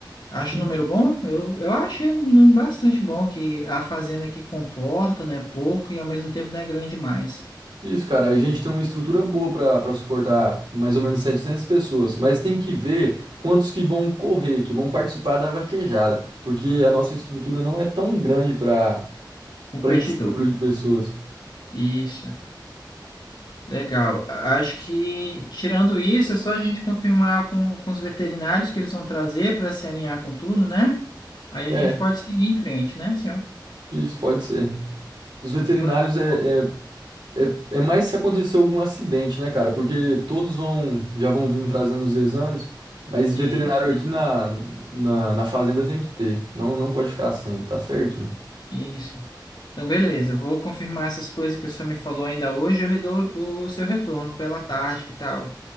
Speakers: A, on the left; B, on the right.
A: Acho
B: Hum,
A: o número bom? Eu, eu achei um número bastante bom, que a fazenda que comporta, né, pouco e ao mesmo tempo não é grande demais.
B: Isso, cara. A gente tem uma estrutura boa para para suportar mais ou menos 700 pessoas, mas tem que ver quantos que vão correr, que vão participar da vaquejada, porque a nossa estrutura não é tão grande para
A: Competidor.
B: para esse número de pessoas.
A: Isso. Legal. A- Acho que, tirando isso, é só a gente confirmar com, com os veterinários que eles vão trazer para se alinhar com tudo, né? Aí a
B: É,
A: gente pode seguir em frente, né, senhor?
B: isso pode ser. Os veterinários
A: Boa, boa.
B: é, é, é, é mais se acontecer algum acidente, né, cara? Porque todos vão já vão vindo trazendo os exames, mas
A: Isso,
B: veterinário aqui
A: isso,
B: na, na, na fazenda tem que ter. Não, não pode ficar sem, tá certinho.
A: isso. Então, beleza. Eu vou confirmar essas coisas que o senhor me falou ainda hoje. Eu lhe dou o seu retorno pela tarde, que tal?